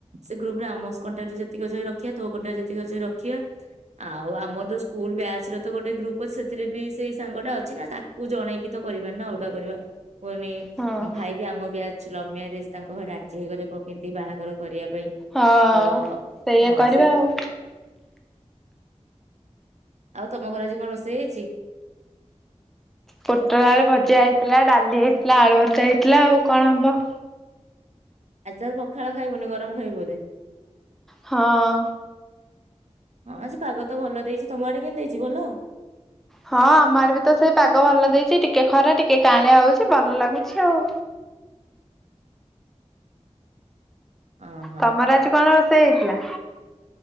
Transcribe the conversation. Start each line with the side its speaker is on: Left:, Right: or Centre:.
Right: ସେ ଗ୍ରୁପରେ ଆମସ୍ କଣ୍ଟାକ୍ଟ ରେ ଯେତିକି ଅଛି ରଖିବା ତୋ କଣ୍ଟାକ୍ଟ ଯେତିକି ଅଛି ରଖିବା ଆଉ ଆମର ତ ସ୍କୁଲ ବ୍ୟାଚ ର ତ ଗୋଟେ ଗ୍ରୁପ ଅଛି ସେଥିରେ ବି ସେଇ ସାଙ୍ଗ ଟା ଅଛି ନା ତାକୁ ଜଣେଇକି ତ କରିବା ନା ଅଲଗା କରିବା। କୁନି
Centre: ହଁ
Right: ଭାଇ ବି ଆମ ବ୍ୟାଚ। ସମୟରେ ତାଙ୍କ ଘରେ ରାଜି ହେଇଗଲେ କହ କେମତି ବାହାଘର କରିବା। ପାଇଁ।
Centre: ହଁ
Right: ତ
Centre: ସେଇୟା
Right: ହଁ
Centre: କରିବା
Right: ସେ
Centre: ଆଉ।
Right: ଆଉ ତମ ଘରେ ଆଜି କଣ ରୋଷେଇ ହେଇଚି।
Centre: ପୋଟଳ ଆଳୁ ଭଜା ହେଇଥିଲା ଡାଲି ହେଇଥିଲା ଆଳୁଭର୍ତା ହେଇଥିଲା ଆଉ କଣ ହବ।
Right: ଆଚାର ପଖାଳ ଖାଇବୁନି ଗରମ ଖାଇବୁ ବଧେ।
Centre: ହଁ
Right: ହଁ ସେ ପାଗ ତ ଭଲ ଦେଇଛି ତମ ଆଡେ କେମିତି ଦେଇଚି ଭଲ?
Centre: ହଁ ଆମ ଆଡେ ବି ତ ସେଇ ପାଗ ଭଲ ଦେଇଛି ଟିକେ ଖରା ଟିକେ କଆଁଳିଆ ହଉଛି ଭଲ ଲାଗୁଛି ଆଉ।
Right: ଅହଁ।
Centre: ତମର ଆଜି କଣ ରୋଷେ ସେ ହେଇଥିଲା।